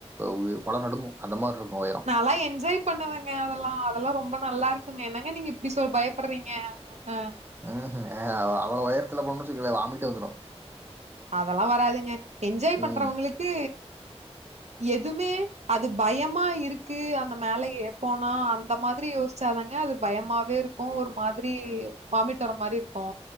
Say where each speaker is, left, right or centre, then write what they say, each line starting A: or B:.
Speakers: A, on the right; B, on the right.
A: உயி கொல நடுங்குன் அந்த மார்ருக்கும்
B: நல்லா என்ஜாய் பண்ணுவங்க அதல்லாம் அதெல்லா ரொம்ப நல்லா இருக்குமே என்னங்க நீங்க இப்டி சொ பயப்படுறீங்க அன்
A: ம் ம் அவ்ளவு உயரத்துல போனோன் வச்சிக்கோங்களேன் வாமிட்டே வந்துரும்
B: அதெல்லா வராதுங்க என்ஜாய் பண்றவங்குளுக்கு
A: ம்
B: எதுவுமே அது பயமா இருக்கு அந்த மேல எ போனா அந்த மாதுரி ச்சாதாங்க தாங்கே அது பயமாவே இருக் கு ஒரு மாதிரி வாமிட் வர மாரி இருக்கு